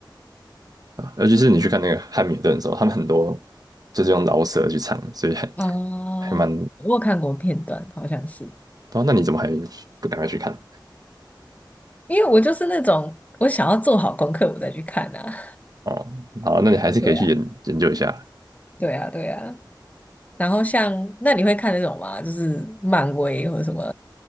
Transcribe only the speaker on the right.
啊。尤其是你去看那个汉密尔顿的时候，他们很多就是用饶舌去唱，所以还
还蛮……
哦，那你怎么还不赶快去看？
哦，好，那你还是可以去研研究一下。